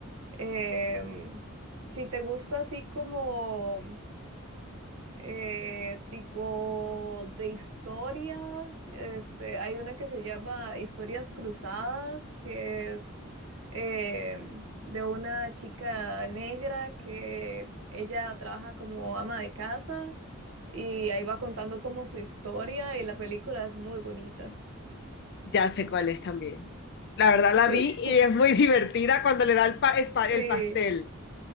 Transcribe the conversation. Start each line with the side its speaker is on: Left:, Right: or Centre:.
Right: Em, si te gusta así como... eh, tipo de historia. Este, hay una que se llama Historias Cruzadas, que es em, de una chica negra que ella trabaja como ama de casa y ahí va contando como su historia y la película es muy bonita.
Left: ya sé cuál es también. La verdad la
Right: Sí,
Left: vi y
Right: <laughs>
Left: es muy <laughs> divertida cuando le da el, pa- el pa- el
Right: sí,
Left: pastel.